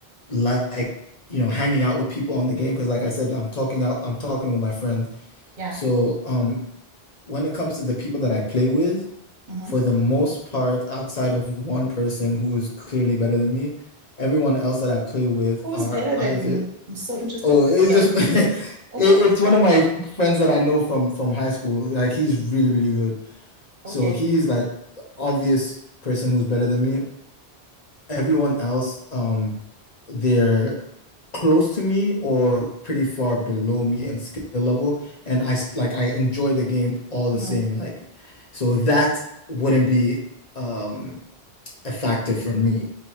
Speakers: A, on the left; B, on the right.
A: like you know hanging out with people on the game because, like I said, I'm talking out, I'm talking with my friends.
B: Yeah.
A: So, um, when it comes to the people that I play with,
B: hmm
A: for the most part, outside of one person who is clearly better than me, everyone else that I play with
B: Who's
A: are
B: better
A: either
B: than you? I'm so interested.
A: oh, it's just
B: Okay,
A: <laughs>
B: wait.
A: it,
B: Okay.
A: it's one of my friends that I know from from high school. Like he's really really good.
B: Okay.
A: So he's like the obvious person who's better than me. Everyone else, um, they're close to me or pretty far below me in skill level. And I s- like I enjoy the game all the
B: hmm
A: same. Like, so that wouldn't be um a factor for me.